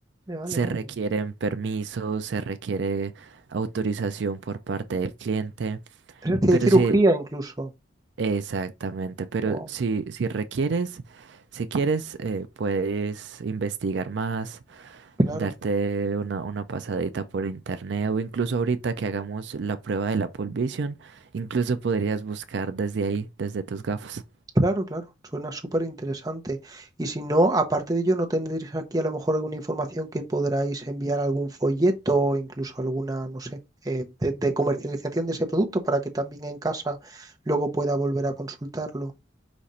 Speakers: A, on the right; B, on the right.
A: Vale,
B: se
A: vale,
B: requieren
A: vale.
B: permisos, se requiere autorización por parte del cliente,
A: Es decir,
B: pero
A: hay cirugía
B: sí,
A: incluso.
B: exactamente, pero
A: wow.
B: si, si requieres, si quieres, eh, puedes investigar más,
A: Claro.
B: darte una, una pasadita por internet o incluso ahorita que hagamos la prueba de la Vision, incluso podrías buscar desde ahí, desde tus gafas.
A: Claro, claro, suena súper interesante. Y si no, aparte de ello, ¿no tendréis aquí a lo mejor alguna información que podráis enviar algún folleto o incluso alguna, no sé, eh, de, de comercialización de ese producto para que también en casa luego pueda volver a consultarlo?